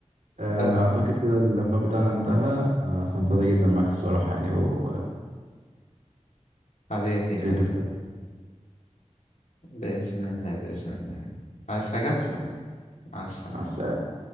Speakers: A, on the right; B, on the left.
A: آه،
B: ب-
A: اعتقد كده اللقاء بتاعنا انتهى آه، استمتعت جدا معاك الصراحة يعني ويا
B: حبيبي
A: ريت
B: حبيبي
A: تتكلم
B: بإذن الله بإذن الله عايز حاجة؟
A: مع السلامة
B: مع السلامة
A: مع السلامة